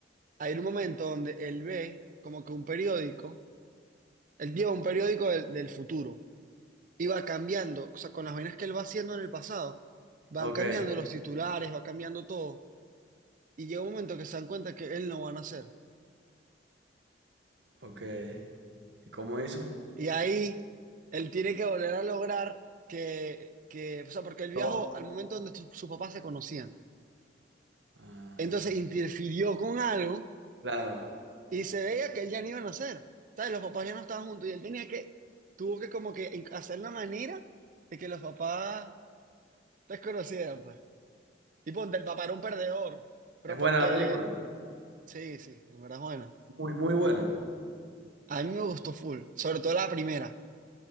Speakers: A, on the right (about 45°); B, on the right (about 70°).
A: hay un momento donde él ve como que un periódico, él lleva un periódico del, del futuro y va cambiando, o sea, con las vainas que él va haciendo en el pasado, van
B: Ok,
A: cambiando los titulares, va cambiando todo. Y llega un momento que se dan cuenta que él no va a nacer.
B: ok. ¿Y cómo hizo?
A: Y ahí él tiene que volver a lograr que, que, o sea, porque él viajó
B: No.
A: al momento donde sus sus papás se conocían.
B: Ah,
A: Entonces interfirió con algo
B: claro.
A: y se veía que él ya no iba a nacer. ¿Sabes? Los papás ya no estaban juntos y él tenía que, tuvo que como que en- hacer la manera de que los papás se conocieran pues. Y ponte, el papá era un perdedor, pero
B: Es buena
A: porque,
B: la película.
A: sí, sí, en verdad es bueno.
B: Muy, muy buena.
A: A mí me gustó full, sobre todo la primera.